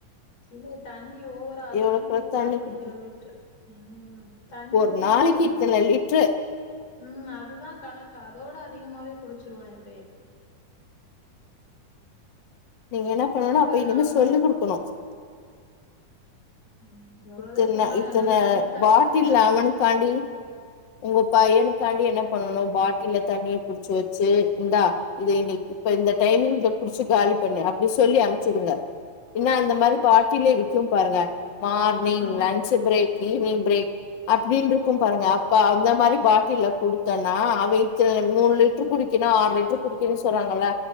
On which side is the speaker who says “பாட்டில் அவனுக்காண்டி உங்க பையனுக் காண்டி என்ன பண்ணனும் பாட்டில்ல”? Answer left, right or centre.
Left